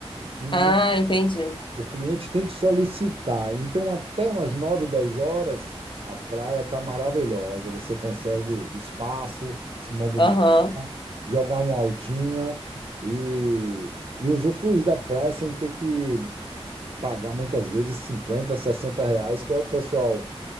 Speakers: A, on the right; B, on the left.
A: Um-
B: Ah, entendi.
A: o cliente tem que solicitar. Então, até umas 9 10 horas, a praia está maravilhosa. Você consegue espaço, se movimentar.
B: Aham.
A: jogar uma altinha e, e usufruir da praia sem ter que pagar muitas vezes 50 60 reais, que é o pessoal